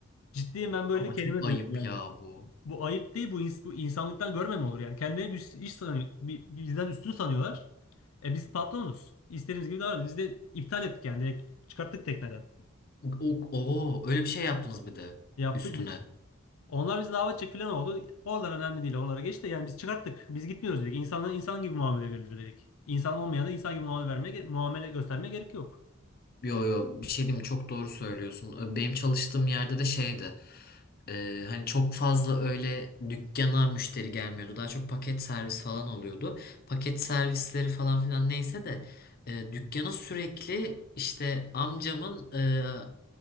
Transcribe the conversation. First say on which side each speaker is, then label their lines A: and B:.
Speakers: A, on the left (about 80°); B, on the left (about 45°).
A: Ciddiyim ben böyle
B: Ama
A: bir kelime
B: çok
A: duydum
B: ayıp
A: yani.
B: ya bu.
A: Bu ayıp değil bu, ins- bu insanlıktan görme mi olur yani? Kendileri bir iş sanıyor, bi- bizden üstün sanıyorlar. E biz patronuz. İstediğimiz gibi davranıyoruz. Biz de iptal ettik yani direkt çıkarttık tekneden.
B: O, o öyle bir şey yaptınız bir de
A: Yaptık.
B: üstüne.
A: Onlar bizi davet edecek falan oldu. Oralar önemli değil. Onlara geç de yani biz çıkarttık. Biz gitmiyoruz dedik. İnsanlara insan gibi muamele verilir dedik. İnsan olmayana insan gibi muamele vermeye, muamele göstermeye gerek yok.
B: Yo yo bir şey diyeyim mi? Çok doğru söylüyorsun. Benim çalıştığım yerde de şeydi. e, hani çok fazla öyle dükkana müşteri gelmiyordu. Daha çok paket servis falan oluyordu. Paket servisleri falan filan neyse de e, dükkana sürekli işte amcamın e,